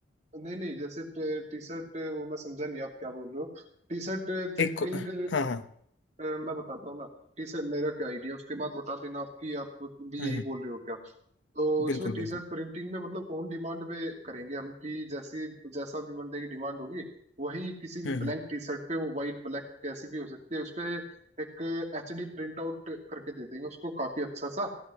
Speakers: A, on the right; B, on the left.
A: नहीं नहीं जैसे टी शर्ट वो मैं समझा नहीं आप क्या बोल रहे हो टी शर्ट प्रिंटिंग
B: एक हाँ हाँ
A: अ, मैं बताता हूँ ना टी शर्ट मेरा क्या आइडिया उसके बाद बता देना आपकी आप भी
B: हम्म
A: यही
B: हम्म,
A: बोल रहे हो क्या तो इसमें
B: बिल्कुल बिल्कुल
A: टी शर्ट प्रिंटिंग में मतलब ऑन डिमांड में करेंगे हम कि जैसी जैसा भी बंदे की डिमांड होगी वही किसी भी
B: हम्म
A: ब्लैंक
B: हम्म
A: टी शर्ट पे वो व्हाइट ब्लैक कैसी भी हो सकती है उस पे एक एच डी प्रिंट आउट करके दे देंगे उसको काफी अच्छा सा